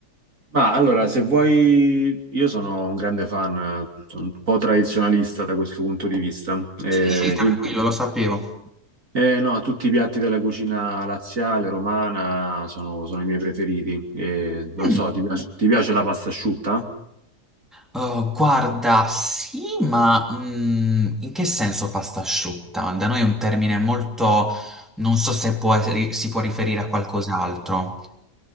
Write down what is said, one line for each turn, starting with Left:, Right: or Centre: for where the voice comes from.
Right: Ma allora, se vuoi, io sono un grande fan, eh, sono un po' tradizionalista da questo punto di vista. eh,
Centre: Sì, Sì, sì. tranquillo,
Right: quindi,
Centre: lo sapevo.
Right: eh, no, tutti i piatti della cucina laziale, romana, sono, sono i miei preferiti. Eh, non
Centre: Mm,
Right: so, ti piace, ti piace la pasta asciutta?
Centre: eh, guarda, sì, ma mm, in che senso pasta asciutta? Da noi è un termine molto... Non so se può- si può riferire a qualcos'altro.